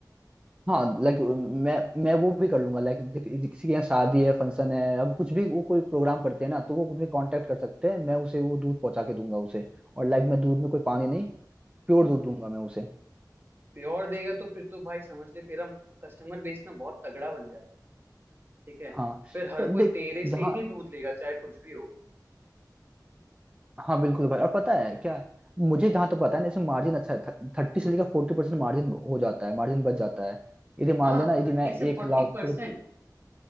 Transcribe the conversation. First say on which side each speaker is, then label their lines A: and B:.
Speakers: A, on the right; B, on the right.
A: हाँ लाइक मैं मैं वो भी कर लूंगा लाइक किसी के यहाँ शादी है फंक्शन है अब कुछ भी वो कोई प्रोग्राम करते हैं ना तो वो कुछ भी कांटेक्ट कर सकते हैं मैं उसे वो दूध पहुंचा के दूंगा उसे और लाइक मैं दूध में कोई पानी नहीं प्योर दूध दूंगा मैं उसे
B: प्योर देगा तो फिर तो भाई समझ ले तेरा कस्टमर बेस ना बहुत तगड़ा बन जाएगा ठीक है
A: हाँ
B: फिर हर
A: तो
B: कोई
A: देख
B: तेरे से
A: जहाँ
B: ही दूध लेगा चाहे कुछ भी हो
A: हाँ बिल्कुल भाई और पता है क्या मुझे जहाँ तो पता है ना इसमें मार्जिन अच्छा है थर्टी से लेकर फोर्टी परसेंट मार्जिन हो जाता है मार्जिन बच जाता है यदि
B: हाँ
A: मान लेना यदि
B: थर्टी
A: मैं
B: से
A: एक
B: फोर्टी
A: लाख
B: परसेंट
A: रुप-